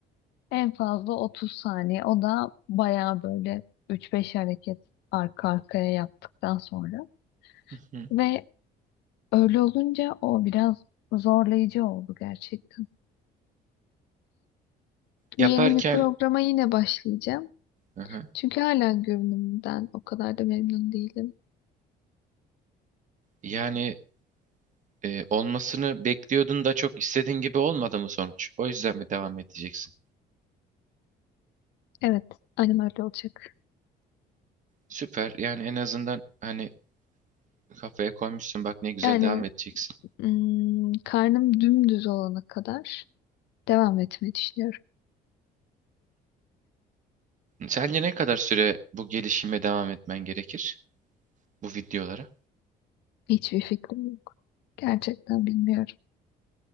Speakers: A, on the left (about 85°); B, on the right (about 50°).
A: En fazla 30 saniye. O da bayağı böyle 3-5 hareket arka arkaya yaptıktan sonra.
B: Hı hı.
A: Ve öyle olunca o biraz zorlayıcı oldu gerçekten.
B: Yaparken
A: Yeni bir programa yine başlayacağım.
B: Hı hı.
A: Çünkü hala görünümümden o kadar da memnun değilim.
B: yani e, olmasını bekliyordun da çok istediğin gibi olmadı mı sonuç? O yüzden mi devam edeceksin?
A: Evet, aynen öyle olacak.
B: Süper. Yani en azından hani kafaya koymuşsun bak ne güzel
A: Yani
B: devam edeceksin.
A: hmm, karnım dümdüz olana kadar devam etmeyi düşünüyorum.
B: Sence ne kadar süre bu gelişime devam etmen gerekir? Bu videolara.
A: Hiçbir fikrim yok. Gerçekten bilmiyorum.